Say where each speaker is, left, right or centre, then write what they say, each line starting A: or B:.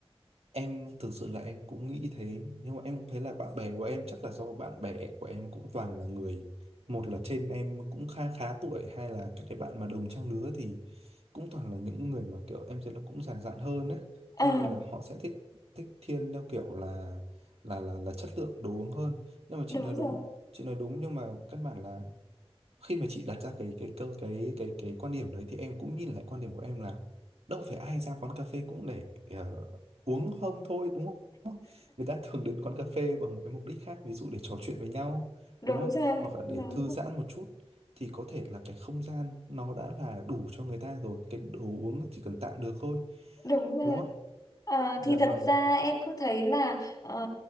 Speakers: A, on the right; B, on the left.
A: em thực sự là em cũng nghĩ thế nhưng mà em cũng thấy là bạn bè của em chắc là do bạn bè của em cũng toàn là người một là trên em cũng khá khá tuổi hai là các cái bạn mà đồng trang lứa thì cũng toàn là những người mà kiểu em thấy là cũng già dặn hơn đấy
B: ờ
A: thế nên là họ sẽ thích thích thiên theo kiểu là là là là chất lượng đồ uống hơn nhưng mà chị
B: đúng
A: nói đúng
B: rồi
A: chị nói đúng nhưng mà căn bản là khi mà chị đặt ra cái cái câu cái cái cái quan điểm đấy thì em cũng nhìn lại quan điểm của em là đâu phải ai ra quán cà phê cũng để ờ, uống không thôi đúng không? Người ta thường đến quán cà phê bằng một cái mục đích khác, ví dụ để trò chuyện với nhau
B: đúng
A: đúng không?
B: rồi
A: Hoặc là
B: đúng
A: để thư
B: rồi
A: giãn một chút thì có thể là cái không gian nó đã là đủ cho người ta rồi, cái đồ uống chỉ cần tạm được thôi
B: đúng rồi
A: đúng không?
B: Ờ,
A: Dạ
B: thì thật
A: vâng,
B: ra em cứ thấy là ờ,